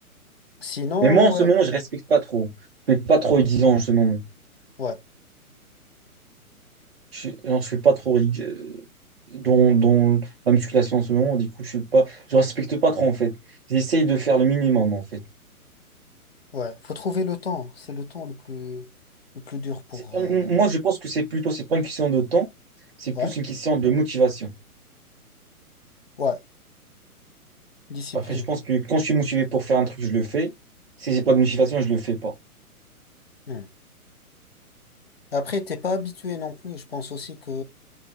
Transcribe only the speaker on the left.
Sinon,
ouais,
ouais,
ouais. Faut trouver le temps. C'est le temps le plus, le plus dur pour.
euh,
Ouais,
ouais. Discipline.
Hmm. Après, t'es pas habitué non plus. Je pense aussi que